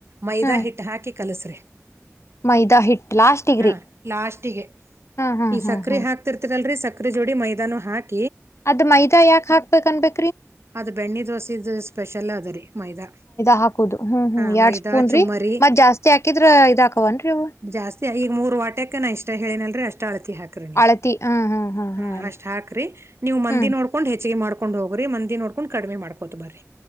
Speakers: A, on the right (about 55°); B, on the left (about 60°).
A: ಮೈದಾ
B: ಹಾ
A: ಹಿಟ್ಟು ಹಾಕಿ ಕಲಸ್ರಿ
B: ಮೈದಾ ಹಿಟ್ ಲಾಸ್ಟಿಗ್ರಿ
A: ಹಾ ಲಾಸ್ಟ್ಿಗೆ
B: ಹಾ ಹಾ
A: ಈ
B: ಹಾ
A: ಸಕ್ರೆ
B: ಹಾ
A: ಹಾಕ್ತಿರ್ತದಲ್ರರಿ ಸಕ್ರ ಚಕ್ರರೆ ಜಡಿ ಮೈದಾ ನ ಹಾಕ
B: ಅದ್ ಮೈದಾ ಯಾಕಕ್ ಹಾಕ್ಬೇಕ ಅನ್ಬೇಕು
A: ಅದ ಬೆಣ್ಣಿ ದೋಸೆದು ಸ್ಪೆಷಲ್ ಅದ್ರರಿ ಮೈದಾ
B: ಹಾಕುದು ಹ್ಮ್ ಹ್ಮ್
A: ಹಾ
B: ಎರಡ್
A: ಮೈದಾ
B: ಸ್ಪೂನ್
A: ಚುಮ್ಮರಿ
B: ರೀ ಮತ್ ಜಾಸ್ತಿ ಹಾಕಿದ್ರ ಇದಾಕವನ್ರಿ ಅವು
A: ಜಾಸ್ತಿ ಈಗ ಮೂರ್ ವಾಟಕ ನಾ ಇಷ್ಟ ಹೇಳನಲ್ರರಿ ಅಷ್ಟ ಹಾಿ ನೀ
B: ಅಳತಿ ಹಾ ಹಾ ಹಾ
A: ಹ್ಮ
B: ಹಾ ರೀ
A: ಅಷ್ಟ್ ಹಾಕ್ರಿ ನೀವು್ ಮಂದಿ
B: ಹ್ಮ್
A: ನೋಡ್ಕೊಂಡ್ ಹೆಚ್ಚಿಗೆ ಮಾಡ್ ಹೊಂಡ ಗು್ರ ಮಂದಿ ನೋಡ್ಕೊಂಡ ಕಡಿಮ ಮಾಡಕೋತ ಬರಿ